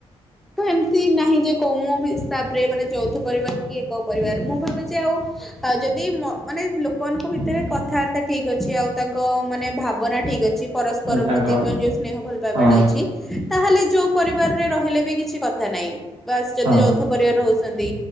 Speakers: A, in the centre; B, on the right.
A: ହୁତ ଏମିତି ନାହିଁ ଯେ କମ ହିସାବରେ ମାନେ ଯୌଥ ପରିବାର କି କୋଉ ପରିବାର ମୁଁ ଭା ଯେ ଆଉ ଆଉ ଯଦି ମାନେ ସେମାନଙ୍କ ଭିତରେ କଥାବାର୍ତ୍ତା ଠିକ୍ ଅଛି ଆଉ ତାଙ୍କ ମାନେ ଭାବନା ଠିକ ଅଛି ପରସ୍ପର
B: ମାନେ ତାଙ୍କ
A: ପ୍ରତି ଯୋଉ ସ୍ନେହ ଭଲ ପାଇବାଟା
B: ହଁ
A: ଅଛି ତାହେଲେ ଯୋଉ ପରିବାରରେ ରହିଲେ ବି କିଛି କଥା ନାହିଁ ବାସ ଯଦି
B: ହଁ
A: ଯୌଥ ପରିବାର ହଉଛି